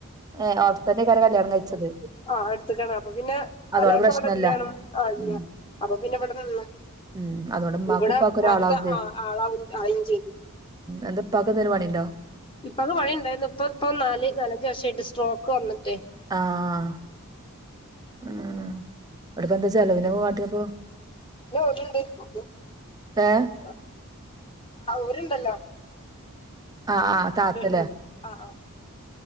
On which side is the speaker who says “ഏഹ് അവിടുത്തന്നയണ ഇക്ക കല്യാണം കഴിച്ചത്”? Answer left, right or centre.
Right